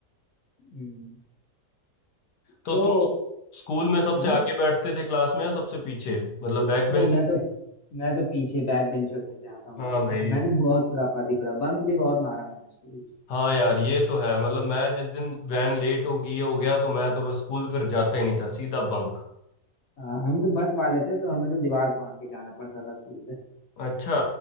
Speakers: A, on the left; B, on the left.
A: हम्म,
B: तो
A: तो
B: तुम स्कूल में सबसे
A: हाँ
B: आगे बैठते थे क्लास में या सबसे पीछे मतलब बैक बेंचर
A: नहीं मैं तो
B: थे
A: मैं तो पीछे बैक बेंचर में से आता हूँ
B: हाँ
A: भाई साहब
B: भाई
A: मैंने बहुत खुराफाती करा बंक भी बहुत मारा मैंने स्कूल
B: हाँ यार ये तो है मतलब मैं जिस दिन वैन लेट हो गई हो गया तो मैं तो बस स्कूल फिर जाता ही नहीं था सीधा बंक
A: हाँ, हम तो बस वाले थे तो हमें तो दीवार फाड़ के जाना पड़ता था स्कूल से
B: अच्छा